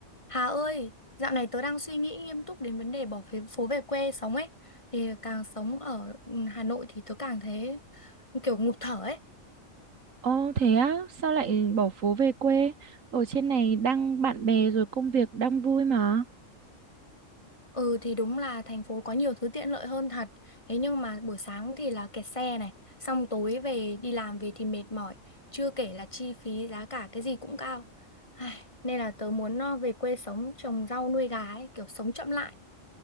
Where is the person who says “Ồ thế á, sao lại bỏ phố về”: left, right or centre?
Right